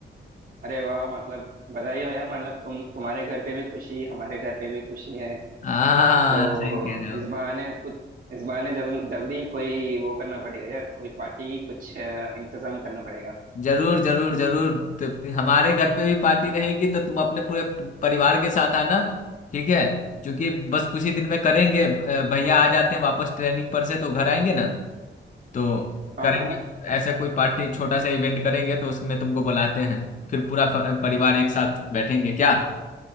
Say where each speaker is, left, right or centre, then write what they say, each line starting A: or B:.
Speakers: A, on the right (about 45°); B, on the left (about 40°).
A: अरे वाह मतलब बधाई हो यार मतलब तुम तुम्हारे घर पे भी खुशी हमारे घर पे भी खुशी है
B: हाँ
A: तो
B: सही कह रहे हो
A: इस बहाने कुछ इस बहाने जल, जल्दी ही कोई वो करना पड़ेगा यार कोई पार्टी कुछ अ, इंतजाम करना पड़ेगा
B: जरूर जरूर जरूर तो फिर हमारे घर पे भी पार्टी रहेगी तो तुम अपने पूरे प- परिवार के साथ आना ठीक है क्योंकि बस कुछ ही दिन में करेंगे अ, भैया आ जाते हैं वापस ट्रेनिंग पर से तो घर आएंगे ना तो
A: हाँ
B: करेंगे
A: हाँ
B: ऐसे कोई पार्टी छोटा सा इवेंट करेंगे तो उसमें तुमको बुलाते हैं फिर पूरा फ- परिवार एक साथ बैठेंगे क्या